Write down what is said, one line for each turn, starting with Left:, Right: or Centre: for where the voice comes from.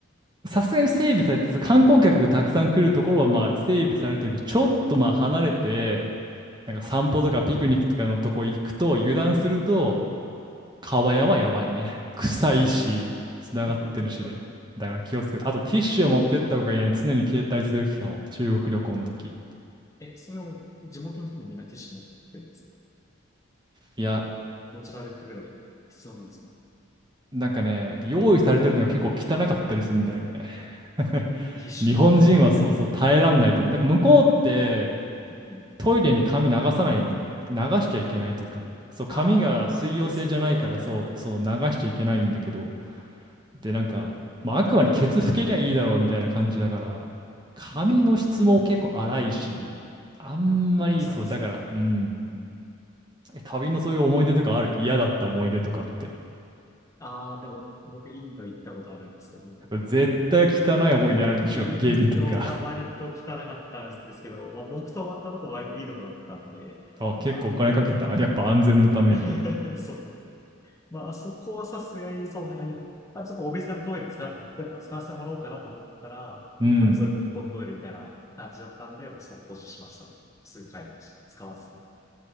Right: さすがに整備されて、そう観光客がたくさん来るところはまあ整備されてるけど、
Left: うん
Right: ちょっとまあ離れて、なんか散歩とかピクニックとかのとこ行くと、
Left: はい。
Right: 油断すると、川屋はやばいね。臭いし、
Left: えー、
Right: つながってるしで。
Left: <laughs>
Right: だから気をつけて。あとティッシュを持ってった方がいいね。常に携帯すべきかも。中国旅行の時。
Left: え、それを地元の人もみんなティッシュ持ってるんですか
Right: いや、
Left: 持ち歩くぐらい必要なんですか
Right: なんかね、用意されてるのが結構汚かったりするんだよね。
Left: うん。
Right: <laughs>
Left: え、ティッシュは
Right: 日本人はそうそう耐えらんないと思う。
Left: <laughs>
Right: なんか向こうって
Left: うん。
Right: トイレに髪流さないんだよね。流しちゃいけないというか、そう、髪が水溶性じゃないから、
Left: ああ、そう下水が弱いからみたいな。
Right: そう、そう流しちゃいけないんだけど、
Left: うん。
Right: で、なんか、まあ、あくまでケツ拭けりゃいいだろうみたいな感じだから、髪の質も結構荒いし、
Left: うん
Right: あんまりそう、
Left: あー、ガサガサみたいな。
Right: だから、うん、
Left: うん
Right: え旅のそういう思い出とかある。嫌だった思い出とかって。
Left: ああ、でも、僕、インド行ったことあるんですけど、
Right: 絶対汚い思い出あるでしょ。
Left: インドは割と汚かったんですけど、
Right: 下痢とか。<laughs>
Left: まあ、僕泊まったとこ割といいとこだったんで、
Right: あ、結構お金かけた。
Left: ま
Right: やっぱ安全のために。
Left: あ、<laughs> そうまあ、あそこはさすがにそんなに、あ、ちょっとお店のトイレ使わせて、やっぱ使わせてもらおうかなと思ったら、
Right: うん。
Left: まあ、そういうぶっ飛んトイレみたいな感じだったんで、もうそっと閉じしました。すぐ帰りました。使わずに。い